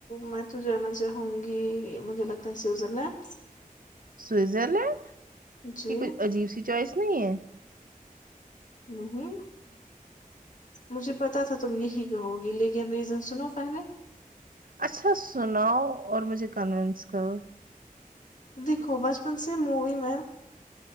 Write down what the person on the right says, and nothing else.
سوئزرلینڈ
یہ کوئی عجیب سی چوائس نہیں ہے
اچھا سناؤ اور مجھے قانون سکھاؤ